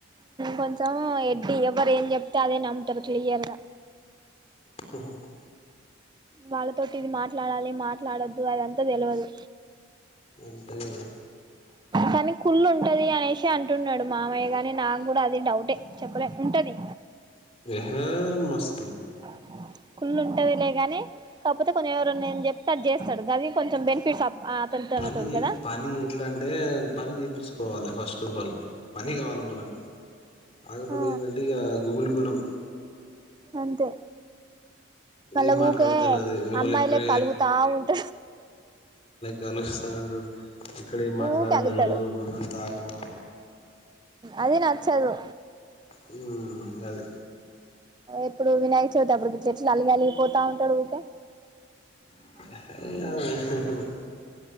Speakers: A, on the right; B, on the left.
A: కొంచం ఎడ్డీ ఎవరు ఏం చెప్తే అదే నమ్ముతారు క్లియర్గ
B: <unintelligible>
A: వాళ్ళతోటి ఇది మాట్లాడాలి మాట్లాడొద్దు అదంతా తెలియదు
B: అంతేకదా
A: కానీ కకుళ్ళు ఉంటుంది అనేసి అంటున్నాడు మామయ్య కానీ నాకు కూడా అది డౌటే చెప్పలే ఉంటుంది
B: <unintelligible> మస్
A: ఆ కుల్ ఉంటది లే కాని కాకపోతే కొంచెం ఎవరు ఉన్నాయని చెప్తే అది చేస్తాడు కానీ కొంచెం బెనిఫిట్స్ అతనితోనతోడు
B: పని
A: కదా
B: పని ఎట్లా అంటే పని చేయించుకోవాలి ఫస్ట్ ఆఫ్ ఆల్ పని కావాలి మనకు కాకపోతే
A: ఆ
B: ఏంటంటే ఇక గుబల్ గుణం
A: అంతే మళ్ళా
B: ఏం మాట్లాడేది
A: ఊకే
B: తెలవదు ఎవలు
A: అమ్మాయిలే
B: ఎక్కడ
A: కలుగుతా ఉంట
B: గలుగుస్తాంటడు ఇక్కడ మాట్లాడ
A: ఊకే అలుగుతాడు
B: తెలిదు అంత ఆగవా
A: అది నచ్చదు
B: హ్మ్ అది
A: ఎప్పుడు వినాయక చవితి అప్పుడు చెట్లు అలిగి అలిగి పోతా ఉంటాడు ఊకే
B: అ